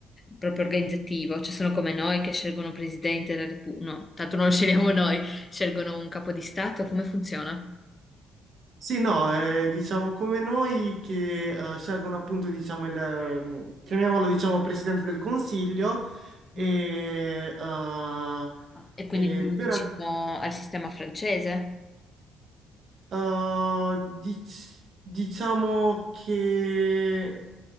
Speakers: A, on the left; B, on the right.
A: proprio organizzativo? Ci sono come noi che scelgono presidente della Repubblica. No, tanto non lo scegliamo noi, scelgono un capo di Stato. Come funziona?
B: Sì, no, eh, diciamo come noi che eh, scelgono appunto diciamo il, chiamiamolo diciamo Presidente del Consiglio e
A: Mm,
B: eh,
A: e quindi
B: eh,
A: più
B: però
A: vicino al sistema francese?
B: Ah, dic- diciamo che